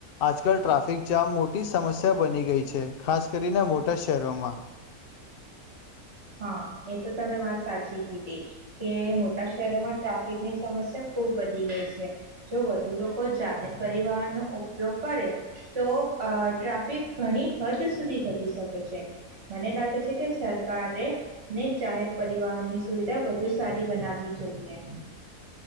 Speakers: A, on the left; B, on the right.
A: આજકાલ ટ્રાફિક જામ મોટી સમસ્યા બની ગઈ છે ખાસ કરીને મોટા શહેરોમાં.
B: હા એ તો તમે વાત સાચી કીધી કે મોટા શહેરોમાં ટ્રાફિકની સમસ્યા ખુબ વધી ગઈ છે. જો વધુ લોકો જાહેર પરિવહનનોો ઉપયોગ કરે તો અ ટ્રાફિક ઘણી હદ સુધી ઘટી શકે છે મને લાગે છે કે સરકાર <unintelligible> ને જાહેર પરિવહનની સુવિધા વધુ સારી બનાવવી જોઈએ.